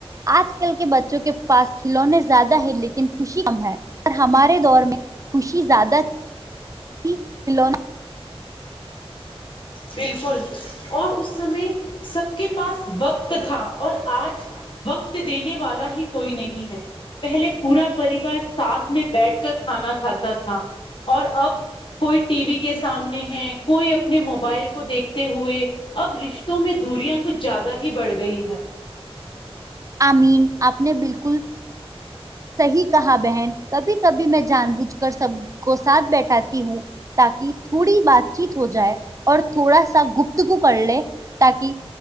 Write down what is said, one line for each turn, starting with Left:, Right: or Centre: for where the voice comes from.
Right: آج کل کے بچوں کے پاس کھلونے زیادہ ہے لیکن خوشی کم ہے اور ہمارے دور میں خوشی زیادہ تھی تھی کلونا
Left: بالکل اور اس سمے سب کے پاس وقت تھا اور آج وقت دینے والا ہی کوئی نہیں ہے پہلے پورا پریوار ساتھ میں بیٹھ کر کھانا کھاتا تھا اور اب کوئی ٹی وی کے سامنے ہے کوئی اپنے مو موبائل کو دیکھتے ہوئے اب رشتوں میں دوریاں کچھ زیادہ ہی بڑھ گئی ہے
Right: امین آپ نے بالکل صحیح کہا بہن کبھی کبھی میں جان بوجھ کر سب کو ساتھ بیٹھاتی ہوں تاکہ تھوڑی بات چیت ہو جائے اور تھوڑا سا گفتگو کر لے تاکہ